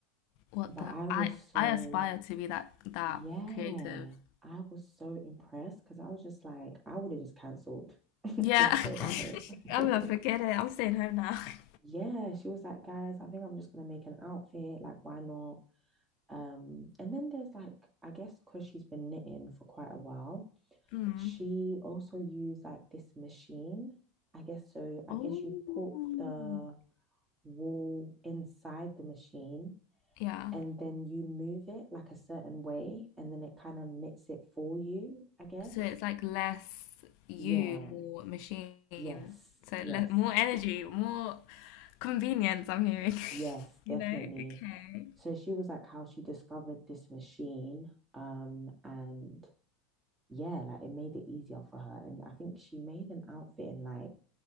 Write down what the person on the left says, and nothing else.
What
the?
I
I aspire to be that that
creative.
Yeah.
<laughs> I'm
gonna forget it. I'm staying home now. <laughs>
Mm.
Oh.
Yeah.
So it's like less you,
more machine.
So
le more energy, more convenience, I'm hearing. <laughs>
You know? Okay.